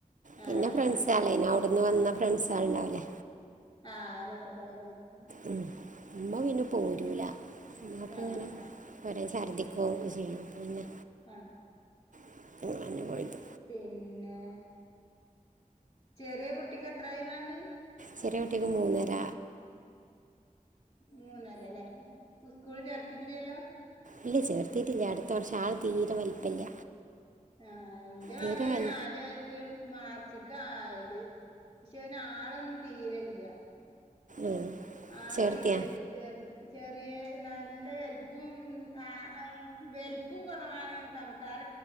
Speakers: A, on the left; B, on the right.
A: ആഹ.
B: പിന്നെ ഫ്രണ്ട്സാളേനു അവിടുന്ന് വന്ന ഫ്രൻസ് ആള് ഉണ്ടാവല്ലേ.
A: ആഹ അതൊക്കെപ്പാട പോയിട്ടുന്ന.
B: ഉം ഉമ്മ പിന്നെ പോരൂല ഉമ്മക്കെ
A: ആഹ്
B: ഇങ്ങനെ. കുറേ ഛർദ്ദിക്കും ചെയ്യും. പിന്നെ
A: ആഹ
B: <unintelligible>
A: പിന്നെ ചെറിയ കുട്ടിക്ക് എത്രായിതണ്.
B: ചെറിയ കുട്ടിക്ക് മൂന്നര.
A: മൂന്നര അല്ലേ സ്കൂൾ ചേർത്തിട്ടില്ലല്ലോ?
B: ഇല്ല ചേർത്തിട്ടില്ലേ അടുത്ത വർഷം ആള് തീരെ വലിപ്പമില്ല
A: ആഹ എന്റെ മകന്
B: തീരെ വൽ
A: നാലു വയസ് മാർച്ചക്ക് ആയത് പക്ഷെ അവന് ആളൊന്നും തീരെയില്ല
B: ഉം.
A: ആള്
B: ചേർത്തിയാ
A: തീരല്ലേ ചെറുത് ചെറിയ നല്ല വലുപ്പും ആ വലുപ്പും കുറവാണ് സംസാര